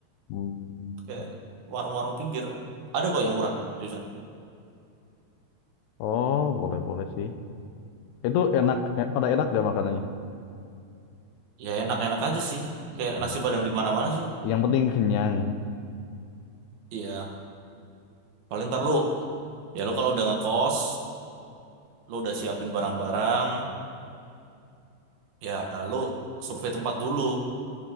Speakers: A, on the left; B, on the right.
A: hmm.
B: kayak warung-warung pinggir ada kok yang murah seriusan
A: Oh, boleh boleh sih. Itu enak, eh, pada enak gak makanannya?
B: ya enak-enak aja sih kayak
A: Nah,
B: nasi padang di mana-mana sih
A: yang penting kenyang.
B: iya paling ntar lu ya lu kalau udah ngekos lu udah siapin barang-barang ya lu survei tempat dulu